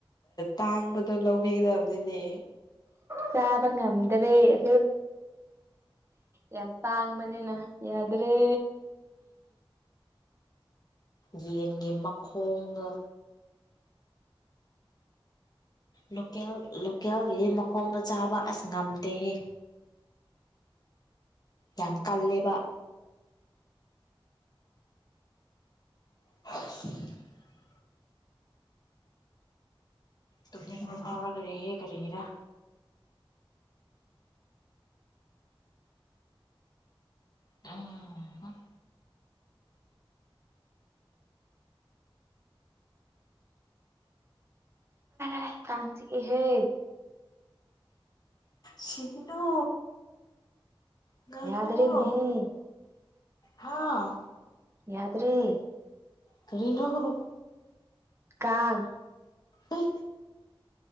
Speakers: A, on the left (about 45°); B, on the right (about 30°).
A: ꯇꯥꯡꯕꯗꯣ ꯂꯧꯕꯤꯒꯗꯕꯅꯤꯅꯦ
B: ꯆꯥꯕ ꯉꯝꯗ꯭ꯔꯦ ꯑ ꯌꯥꯝ ꯇꯥꯡꯕꯅꯤꯅ ꯌꯥꯗ꯭ꯔꯦ
A: ꯌꯦꯟꯒꯤ ꯃꯈꯣꯡꯒ ꯂꯣꯦꯜ ꯂꯣꯀꯦꯜꯒꯤꯗꯤ ꯃꯈꯣꯡꯗ ꯆꯥꯕ ꯑꯁ ꯉꯝꯗꯦꯍꯦ ꯌꯥꯝ ꯀꯜꯂꯦꯕ <inaudible> ꯇꯨ ꯐꯥꯎꯔ ꯈꯦ ꯍꯦ ꯀꯦ ꯌꯦꯔ ꯑ
B: ꯑ ꯀꯁꯤ ꯑꯦꯍꯦ
A: ꯁꯤꯒꯤꯅꯣ ꯉꯅꯥ
B: ꯌꯥꯗ꯭ꯔꯦꯅꯦꯍꯦ
A: ꯀꯧꯕ ꯍꯥꯥ
B: ꯌꯥꯗ꯭ꯔꯔꯤ
A: ꯀꯅ
B: ꯀꯥꯡ
A: ꯎ